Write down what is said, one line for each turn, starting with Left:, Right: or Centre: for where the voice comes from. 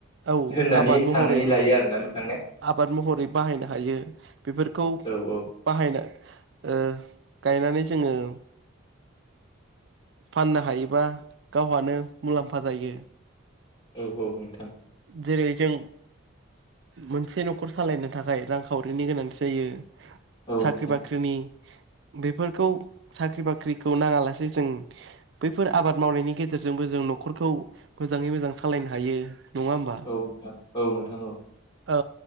Right: औ
Left: होननानै
Right: आबाद
Left: साननानै
Right: महरै
Left: लायो आरोना नोंथां। ने
Right: आबाद महरै बाहायनो हायो बेफोरखौ
Left: औ औ
Right: बाहायनो।। ओ गायनानै जोङो। फाननो हायोबा गावहानो मुलाम्फा जायो।
Left: औ औ नोंथां।
Right: जेरै जों मोनसे न'खर सालायनो थाखाय रांखावरिनि गोनांथि जायो।
Left: औ
Right: साख्रि
Left: नोंथां
Right: बाख्रिनि बेफोरखौ साख्रि बाख्रिखौ नाङालासे जों बैफोर आबाद मावनायनि गेजेरजोंबो जों न'खरखौ मोजाङै मोजां सालायनो हायो। नङा होमबा
Left: औ नोंथां औ नोंथां औ।
Right: ओ